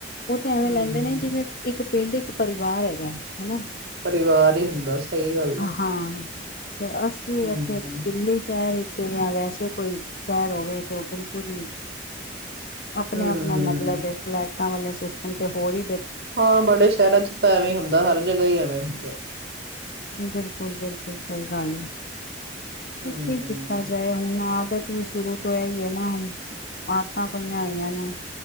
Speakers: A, on the left; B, on the right.
A: ਉਹ ਤਾਂ ਐਵੇਂ
B: ਹਮ
A: ਲੈਂਦੇ ਨੇ ਜਿਵੇਂ ਇੱਕ ਪਿੰਡ ਇੱਕ ਪਰਿਵਾਰ ਹੈਗਾ। ਹਨਾ?
B: ਪਰਿਵਾਰ ਹੀ ਹੁੰਦਾ ਸਹੀ ਗੱਲ ਆ
A: ਹਾਂ, ਤੇ ਅਸੀਂ
B: ਹਮ
A: ਇੱਥੇ ਦਿੱਲੀ ਸ਼ਹਿਰ ਇੱਚ <unintelligible> ਵੈਸੇ ਕੋਈ ਸੈ੍ਰ ਹੋਵੇ ਤੇ ਉਹ ਬਿਲਕੁਲ ਈ ਆਪਣੇ
B: ਹਮ
A: ਆਪਣਾ ਮਤਲਬ ਫਲੈਟਾਂ ਵਾਲੇ ਸਿਸਟਮ ਤੇ ਹੋਰ ਈ
B: ਹਾਂ ਬੜੇ ਸ਼ਹਿਰਾਂ ਚ ਤਾਂ ਐਵੇਂ ਈ ਹੁੰਦਾ, ਹਰ ਜਗ੍ਹਾ ਈ ਐਵੇਂ ਹੁੰਦਾ।
A: ਬਿਲਕੁਲ ਬਿਲਕੁਲ, ਸਈ ਗੱਲ ਐ।
B: ਹਮ
A: ਹੁਣ ਕੀ ਕੀਤਾ ਜਾਏ, ਹੁਣ ਆਦਤ ਸ਼ੁਰੂ ਤੋਂ ਐ ਈ ਹੈ ਨਾ, ਆਦਤਾਂ ਪਈਆਂ ਹੋਈਆਂ ਨੇ।